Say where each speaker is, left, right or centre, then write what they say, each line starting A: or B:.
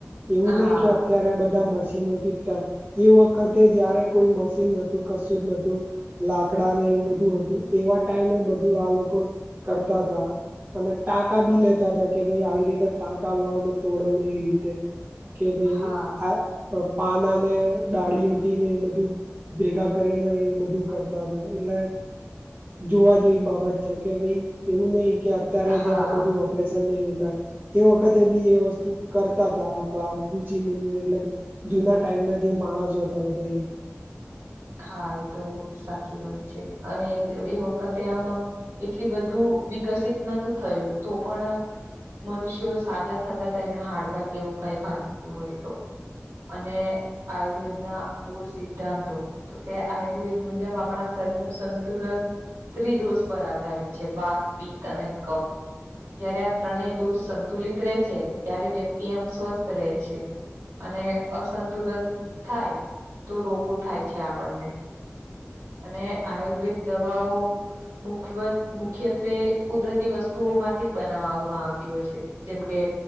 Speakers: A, on the right; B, on the right.
A: એવું
B: હા
A: નહી કે ત્યારે બધા મશીનોથી થાય એ વખતે જયારે કોઈ મશીનતું કશું જ નતું લાકડા ને એવું બધું હતું એવા ટાઈમે એ બધું આ લોકો કરતા હતા અને ટાંકા બી લેતા હતા કે ભાઈ આવી રીતે ટાંકા લોને તોડો ને એવી રીતે કે ભાઈ
B: હા
A: આ પાના ને ડાળીઓથી એ બધું ભેગા કરીને એ બધું કરતા હતા એટલે. જોવા જેવી બાબત છે કે ભાઈ એવું નઈ કે અત્યારે
B: હા
A: જે આ બધું ન નહી થાય એ વખતે બી એ વસ્તુ કરતા ત આપણા રુચિ મુનિઓ એટલે કે. જુના ટાઈમ ના જે માણસો હતા બધા એ
B: હા એ તો સાચી વાત છે અને એ વખતે આમ એટલી બધું વિકસિત નતું થયું તો પણ મનુષ્યો સાજા થતા હતા એમને હાડકાં કે એવું કઈ ભાગી ગયું હોય તો અને આયુર્વેદ ના મૂળ સિદ્ધાંતો તો કે આયુર્વેદ મુજબ આપણા શરીર નું સંતુલન ત્રિદોષ પર આધારિત છે વાત પિતત અને કફ. જયારે આ ત્રણેય દોષ સંતુલિત રહે છે ત્યારે વ્યક્તિ આમ સ્વસ્થ રહે છે. અને અસંતુલન થાય તો રોગો થાય છે આપણને. અને આયુર્વેદ દવાઓ. મુખ મુખ્યત્વે કુદરતી વસ્તુઓ માંથી જ બનાવામાં આવતી હોય છે. જેમ કે.